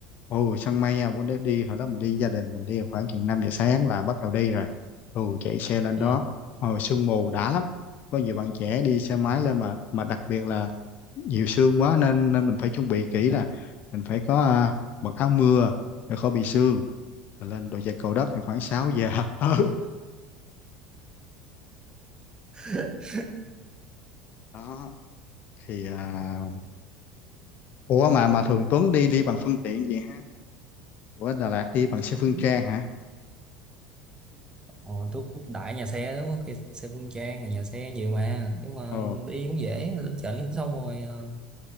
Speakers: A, on the left; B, on the right.
A: ồ săn mây nha bữa đấy đi hồi đó mình đi gia đình mình đi khoảng chừng 5 giờ sáng là bắt đầu đi rồi ồ chạy xe lên
B: ừ
A: đó ồ sương mù đã lắm có nhiều bạn trẻ đi xe máy
B: ừ,
A: lên mà mà đặc biệt là nhiều sương quá nên nên mình phải chuẩn bị kỹ là mình phải có à, mặc áo mưa để khỏi bị sương mình lên đồi chè Cầu Đất thì khoảng sáu giờ <laughs> Ừ.
B: <laughs>
A: đó thì à, ủa mà mà thường Tuấn đi đi bằng phương tiện gì ha? Ủa Đà Lạt đi bằng xe Phương
B: ừ.
A: Trang hả?
B: Ờ, tôi đại nhà xe lắm có khi xe Phương Trang nhà xe nhiều mà nhưng mà
A: Ồ,
B: đi cũng dễ lên trển xong rồi ờ,